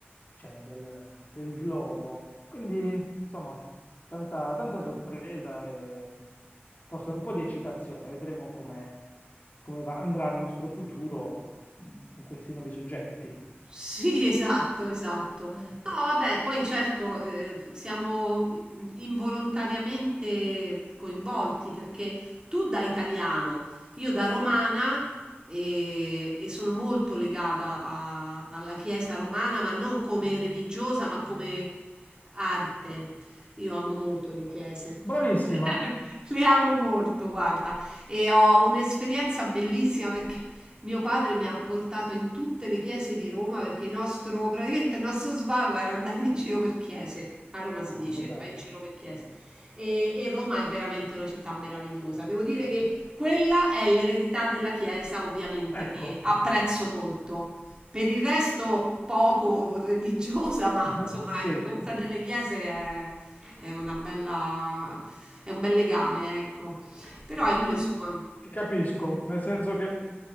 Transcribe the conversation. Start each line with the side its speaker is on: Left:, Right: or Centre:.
Left: diciamo, del del globo. Quindi, insomma, tanta, tanta sorpresa e forse un po' di eccitazione. Vedremo come, come va- andrà il nostro futuro mh, con questi nuovi soggetti.
Right: Sì, esatto, esatto.
Left: Mm.
Right: No, vabbè, poi certo, eh, siamo mh, involontariamente coinvolti perché tu da italiano, io da romana e, e sono molto legata a- alla Chiesa romana, ma non come religiosa, ma come arte. Io amo molto le chiese.
Left: Bravissima!
Right: <laughs> Le amo molto, guarda, e ho un'esperienza bellissima perché mio padre mi ha portato in tutte le chiese di Roma perché il nostro, praticamente il nostro svago era andare in giro per chiese. A Roma
Left: Cavolo,
Right: si dice,
Left: bello.
Right: vai in giro per chiese. E, e Roma è veramente una città meravigliosa. Devo dire che quella è l'eredità della Chiesa, ovviamente,
Left: Ecco,
Right: che apprezzo molto. Per il resto, poco religiosa, ma
Left: <laughs>
Right: insomma,
Left: sì,
Right: ecco, questa delle chiese è, è una bella, è un bel legame, ecco. Però ecco,
Left: Ti,
Right: insomma,
Left: ti capisco, nel senso che